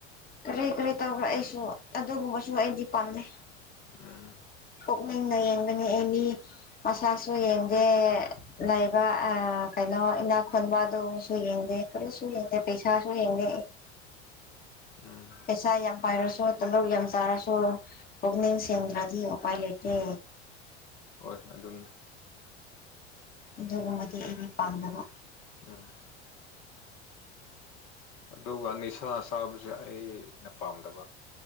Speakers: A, on the left; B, on the left.
A: ꯀꯔꯤ ꯀꯔꯤ ꯇꯧꯕ꯭ꯔ ꯑꯩꯁꯨ ꯑꯗꯨꯒꯨꯝꯕꯁꯨ ꯑꯩꯗꯤ ꯄꯥꯝꯅꯩ
B: ꯎꯝ
A: ꯄꯨꯛꯅꯤꯡꯅ ꯌꯦꯡꯕꯅꯤ ꯑꯦ ꯃꯤ ꯃꯁꯥꯁꯨ ꯌꯦꯡꯗꯦ ꯂꯩꯕ ꯩꯅ ꯏꯅꯥ ꯈꯣꯟꯕꯗꯁꯨ ꯌꯦꯡꯗꯦ ꯀꯣꯁꯨ ꯌꯦꯡꯗꯦ ꯄꯩꯁꯥꯁꯨ ꯌꯦꯡꯗꯦ
B: ꯎꯝ
A: ꯑꯦꯁ ꯌꯥꯝ ꯄꯥꯏꯔꯁꯨ ꯇꯂꯧ ꯌꯥꯝ ꯆꯥꯔꯁꯨ ꯀꯛꯅꯤꯡ ꯁꯦꯡꯗ꯭ꯔꯗꯤ ꯎꯄꯥꯏ ꯂꯩꯇꯦ
B: ꯍꯣꯏ ꯑꯗꯨꯅꯤ
A: ꯑꯗꯨꯒꯨꯝꯕꯗꯤ ꯑꯩꯩꯅ ꯄꯥꯝꯗꯕ
B: ꯎꯝ ꯑꯗꯨꯒ ꯅꯤꯁꯥ ꯆꯥꯕꯁꯦ ꯑꯩꯅ ꯄꯥꯝꯗꯕ